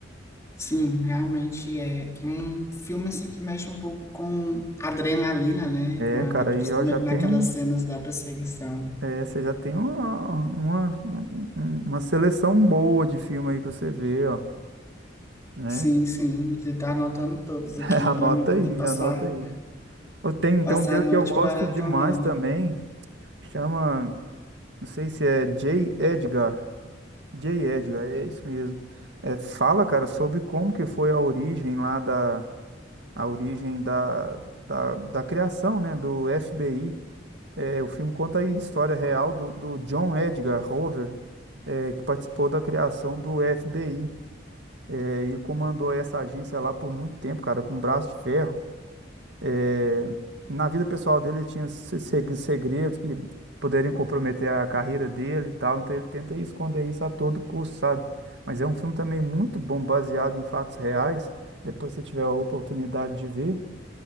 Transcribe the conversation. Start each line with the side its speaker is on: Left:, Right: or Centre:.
Left: Sim, realmente é um filme assim que mexe um pouco com adrenalina, né? Ali,
Right: É, cara,
Left: principalmente
Right: aí ó, já tem.
Left: naquelas cenas da perseguição.
Right: É, você já tem uma, uma, um- um- uma seleção boa de filme aí pra você ver, ó, né?
Left: Sim, sim, você tá anotando todos
Right: <laughs>
Left: aqui
Right: Anota
Left: para mim poder
Right: aí,
Left: passar,
Right: anota aí. Eu tenho então
Left: passar
Right: um dele
Left: a noite
Right: que eu gosto
Left: maratonando.
Right: demais também. Chama, não sei se é J. Edgar. J. Edgar, é isso mesmo. É, fala, cara, sobre como que foi a origem lá da, a origem da, da, da criação, né, do FBI. É, o filme conta a história real do, do John Edgar Hoover, é, que participou da criação do FBI. é, e comandou essa agência lá por muito tempo, cara, com braço de ferro. É, na vida pessoal dele, ele tinha se- se- segredos que poderiam comprometer a carreira dele e tal, então ele tenta esconder isso a todo custo, sabe? Mas é um filme também muito bom, baseado em fatos reais. Depois, se tiver a oportunidade de ver,